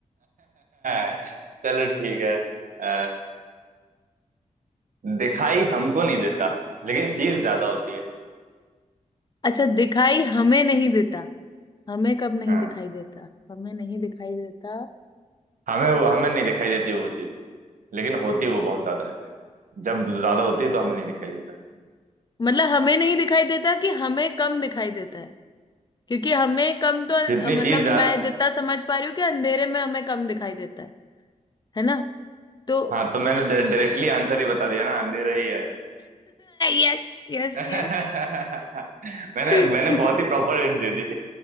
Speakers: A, on the right; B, on the left.
A: <laughs> चलो ठीक है अ, दिखाई हमको नहीं देता लेकिन चीज ज्यादा होती है
B: अच्छा दिखाई हमें नहीं देता हमें कब नहीं
A: हाँ
B: दिखाई देता हमें नहीं दिखाई देता
A: हमें वो हमें नहीं दिखाई देती वो चीज लेकिन होती वो बहुत ज्यादा है जब ज्यादा होती है तो हमें नहीं दिखाई देता
B: मतलब हमें नहीं दिखाई देता कि हमें कम दिखाई देता है क्योंकि हमें कम तो अ,
A: जितनी
B: मतलब
A: चीज ज्या-
B: मैं जितना समझ पा रही हूँ कि अंधेरे में हमें कम दिखाई देता है है ना तो
A: हाँ तो मैंने डायरेक्टली आंसर ही बता दिया ना अंधेरा ही है
B: यस यस
A: <laughs> मैंने
B: यस <laughs>
A: मैंने बहुत ही प्रॉपर हिंट दे दी